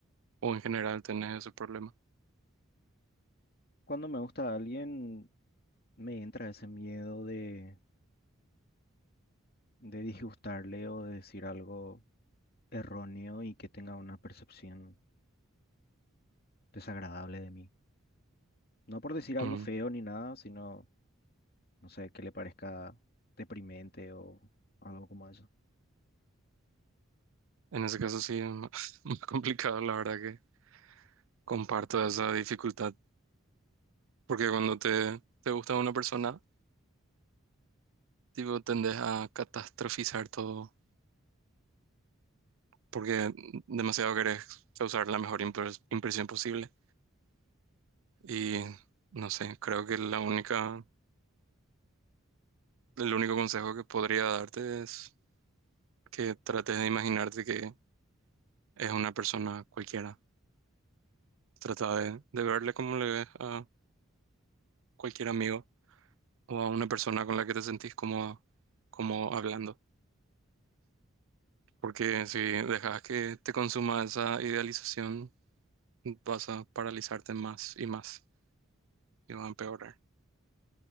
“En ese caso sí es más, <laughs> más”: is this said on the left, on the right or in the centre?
Right